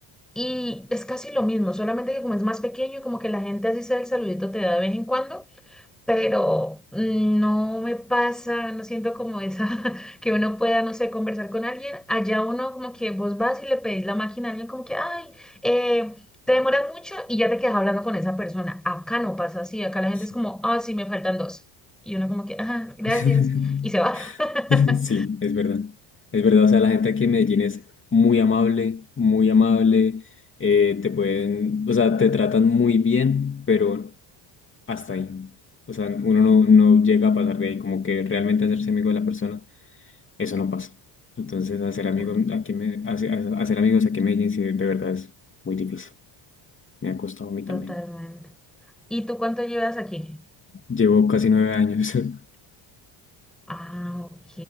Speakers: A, in the centre; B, on the left.
A: Y es casi lo mismo, solamente que como es más pequeño y como que la gente así sea el saludito te da de vez en cuando, pero mm, no me pasa, no siento como esa, <laughs> que uno pueda, no sé, conversar con alguien. Allá uno como que vos vas y le pedís la máquina a alguien como que, ay, eh, te demoras mucho y ya te quedas hablando con esa persona. Acá no pasa así, acá la gente
B: sí.
A: es como, ah, sí, me faltan dos. Y uno como que, ah, gracias,
B: <laughs>
A: y se va. <laughs>
B: Sí, es verdad. Es verdad, o sea, la gente aquí en Medellín es muy amable, muy amable, eh, te pueden, o sea, te tratan muy bien, pero hasta ahí. O sea, uno no, no llega a pasar de ahí, como que realmente hacerse amigo de la persona. eso no pasa. Entonces, hacer amigos
A: Uf,
B: aquí me, hace- hace- hacer amigos aquí en Medellín sí, de verdad es muy difícil. Me ha costado a mí
A: totalmente.
B: también.
A: ¿Y tú cuánto llevas aquí?
B: Llevo casi nueve años. <laughs>
A: Ah, ok,